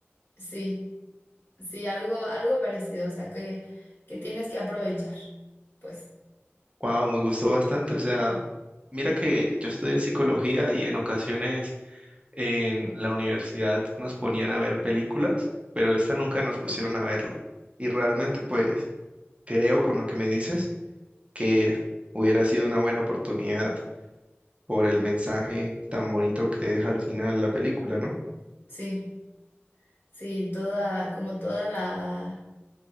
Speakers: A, on the left; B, on the right.
A: sí, sí, algo, algo parecido, o sea, que, que tienes que aprovechar, pues,
B: Wow, me gustó bastante. O sea, mira que yo estudié psicología y en ocasiones en la universidad nos ponían a ver películas, pero esta nunca nos pusieron a verla. Y realmente, pues, creo con lo que me dices que hubiera sido una buena oportunidad. por el mensaje tan bonito que deja al final la película, ¿no?
A: sí, sí, toda, como toda la...